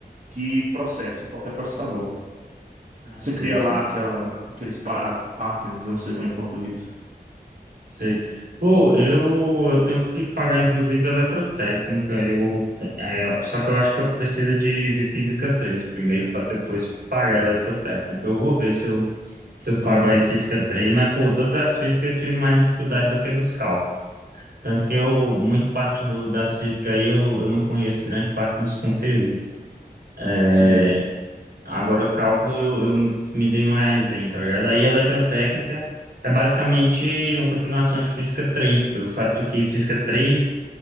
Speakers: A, on the right; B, on the right.
A: que processe, qualquer processador.
B: Ah,
A: Você
B: sei,
A: cria
B: sei.
A: lá aquela, aqueles pa- patterns, eu não sei como é em português.
B: Sei. Pô, eu, eu tenho que pagar, inclusive, eletrotécnica. Eu, é, só que eu acho que eu preciso de, de física três primeiro, para depois pagar a eletrotécnica. Eu vou ver se eu, se eu pago
A: Aham,
B: aí física três mas, pô, todas as físicas eu tive mais dificuldade do que nos cálculos. Tanto que eu, muito parte do, das físicas aí, eu, eu não conheço grande parte dos conteúdos. É,
A: Sim,
B: Agora, o cálculo eu, eu me dei mais bem, tá ligado? Aí, eletrotécnica é basicamente uma continuação de física três pelo fato de que física três